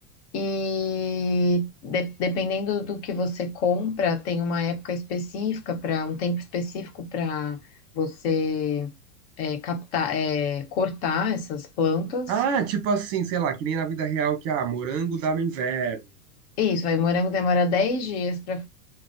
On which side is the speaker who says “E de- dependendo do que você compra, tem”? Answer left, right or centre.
Left